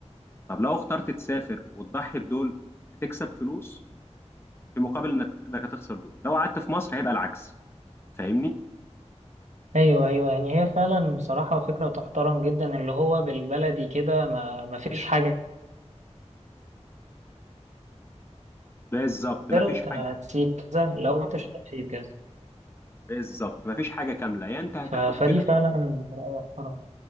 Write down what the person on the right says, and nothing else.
ايوه ايوه يعني هي فعلا بصراحه فكره تحترم جدا اللي هو بالبلدي كده ما ما فيش حاجه
غيرت هتسيب
كذا لو ما انتش هتسيب كذا
ف... فدي
فعلا راي محترم